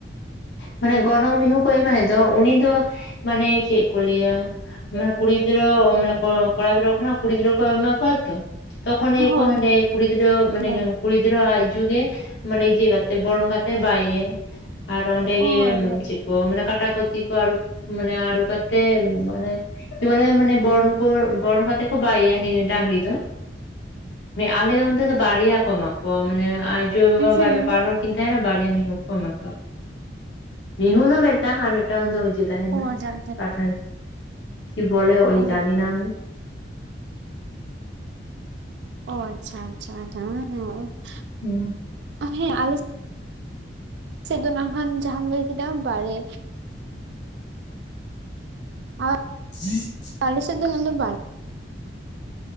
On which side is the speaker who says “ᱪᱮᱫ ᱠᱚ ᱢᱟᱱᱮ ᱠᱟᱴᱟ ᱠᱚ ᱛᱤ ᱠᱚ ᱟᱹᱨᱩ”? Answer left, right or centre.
Left